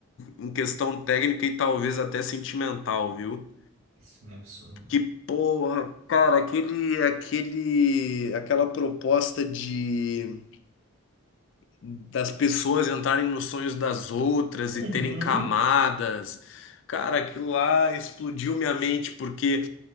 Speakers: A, on the left; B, on the right.
A: em questão técnica e talvez até sentimental, viu?
B: Esse filme é um absurdo, mano.
A: Que porra, cara, aquele, aquele, aquela proposta de das pessoas entrarem nos sonhos das outras
B: Uhum,
A: e terem camadas. Cara, aquilo lá explodiu minha mente, porque